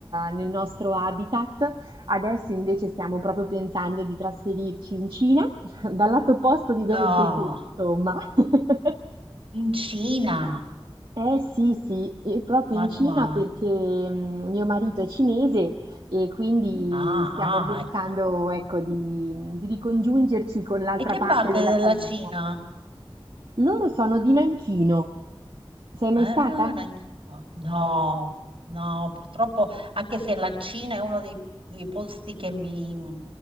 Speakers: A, on the right; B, on the right.
A: nel nostro habitat, adesso invece stiamo proprio pensando di trasferirci in Cina, <laughs> dal lato opposto di
B: no,
A: dove sei tu, insomma. <laughs>
B: in Cina,
A: Eh sì, sì, e proprio
B: ma
A: in Cina
B: guarda.
A: perché mh, mio marito è cinese e quindi
B: Ah,
A: stiamo
B: ah,
A: pensando,
B: ecco.
A: ecco, di, di ricongiungerci con l'altra
B: E che
A: parte
B: parte
A: della
B: della
A: famiglia.
B: Cina?
A: Loro sono di Nanchino. Sei mai
B: Ah,
A: stata?
B: neanche- No, no, purtroppo, anche se la Cina è uno dei, dei posti che mi,